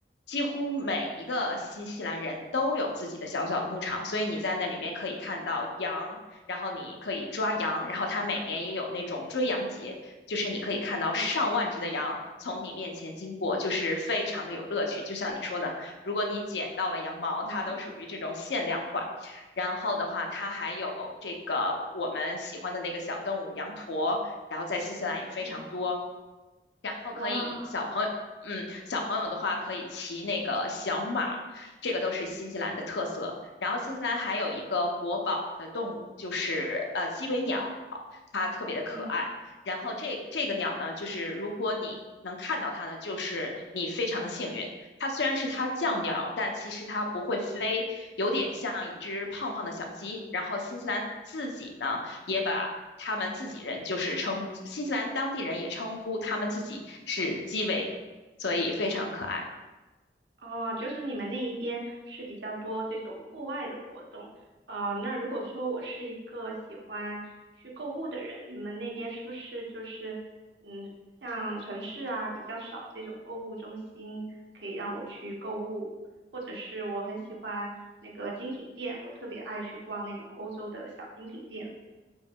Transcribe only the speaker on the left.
几乎每一个新西兰人都有自己的小小的牧场，所以你在那里面可以看到羊，然后你可以抓羊，然后它每年也有那种追羊节，就是你可以看到上万只的羊从你面前经过，
就是非常的有乐趣。就像你说的。如果你捡到了羊毛，
它都属于这种限量款。然后的话，它还有这个我们喜欢的那个小动物羊驼，然后在新西兰也非常多。
然后可以小朋友，
嗯，小朋友的话可以骑那个小马，这个都是新西兰的特色。然后新西兰还有一个国宝的动物，就是呃鸡尾鸟，它特别的可爱。
然后这这个鸟呢，
就是如果你能看到它呢，就是你非常的幸运。它虽然是它叫鸟，
但其实它不会飞，有点像一只胖胖的小鸡。然后新西兰自己呢。也把他们自己人，就是称新西兰当地人也称呼他们自己是基围，所以非常可爱。